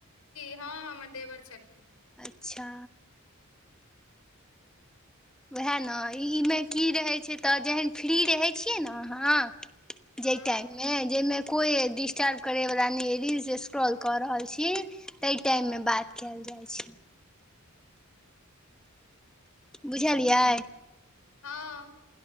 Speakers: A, on the left; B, in the centre.
A: हँ हँ हमर देवर छलखिन
B: अच्छा उएह ने ईमे की रहैत छै तऽ जखन फ्री रहै छियै ने अहाँ
A: हँ
B: जेटाइम मे जेमे कोई डिस्टर्ब करै वाला ने रीलस स्क्रॉल क रहल छी ते टाइम में बात कल जाइ छै
A: हँ <unintelligible>
B: बुझलियै
A: हँ